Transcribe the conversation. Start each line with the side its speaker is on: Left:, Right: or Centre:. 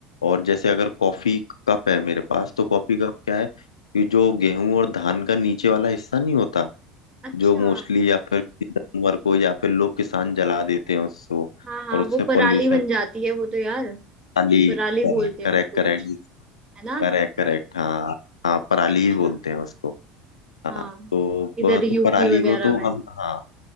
Left: और जैसे अगर कॉफी कप है मेरे पास तो कॉफी कप क्या है कि जो गेहूं और धान का नीचे वाला हिस्सा नहीं होता
Right: अच्छा
Left: जो मोस्टली या फिर जानवर को या फिर लोग किसान जला देते हैं उसको
Right: हाँ हाँ
Left: और उससे
Right: वो पराली
Left: पॉल्यूशन
Right: बन जाती है वो तो यार
Left: खाली
Right: पराली बोलते
Left: Correct
Right: हैं
Left: correct
Right: उसको
Left: correct
Right: कुछ है ना
Left: Correct correct हाँ हाँ पराली
Right: अच्छा
Left: ही बोलते हैं उसको हाँ
Right: हाँ
Left: तो
Right: इधर
Left: वह तो
Right: यूपी
Left: पराली
Right: वगैरह
Left: को तो
Right: में
Left: हम हाँ